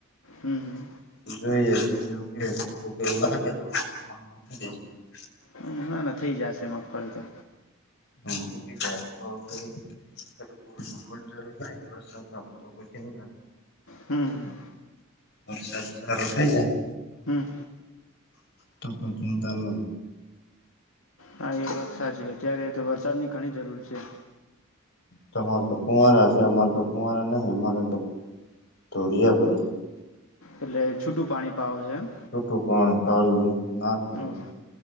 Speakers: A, on the left; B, on the left.
A: હમ હમ
B: છે જોઈએ કેવું થોડું એવું લાગે તો હા <unintelligible>
A: હમ ના ના થઈ જશે મગફળી તો.
B: હ બી જાય તો કોઈ ત થોડી કોઈ જરૂર ના વરસાદ તો કોઈ કેમ
A: હમ
B: વરસાદ સારો થાય છે.
A: હમ
B: તો કોઈ ચિતા નરે.
A: હા એ વાત સાચી અત્યારે તો વરસાદની ઘણી જરૂર છે.
B: તમાર તો ફુંવારા છે અમારે તો ફુંવારા નહી અમારે તો ધોરિયા પદ્ધતિ.
A: એટલે છૂટું પાણી પાવો છે એમ
B: શુટું પાણી તજુ. ના સમે,
A: ઓહો